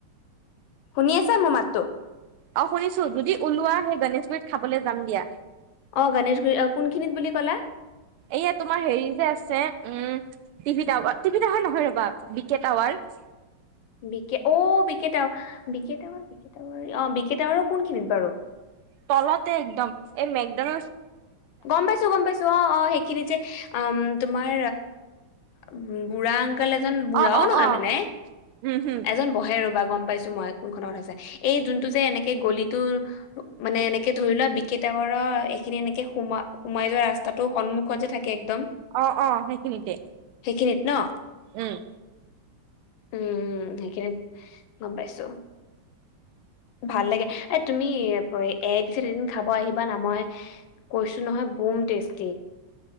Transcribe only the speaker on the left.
শুনি আছা মোৰ মাতটো।
অ' গণেশুৰি কোনখিনিত বুলি ক'লা।
বিক অ' বিকেত বিকেত বিকেতাৱ অ' বিকেতাৱাৰো কোনখিনিত বাৰু।
গ'ম পাইছো, গ'ম পাইছো, অ' অ'। এই খিনি যে উম তোমাৰ উম বুঢ়া আংকোল। আজ কাল এজন বুঢ়াও
নহয়
মানে।
এজন বহে ৰবা গ'ম পাইছো মই। কোনখনত হৈছে এই যোনটো যে এনেকে গলিটোৰ মানে এনেকে ধৰি লোৱা বিকেতাৱৰৰ এইখিনি এ কে সোমা সোমাই যোৱা ৰাস্তাটো সন্মুখত যে থাকে একদম।
সেইখিনিত ন।
উম, সেইখিনিত গ'ম পাইছো। ভাল লাগে এ তুমি এ দিছ এদিন খাব আহিবা না মই। কৈচু নহয় বোম টেষ্টি।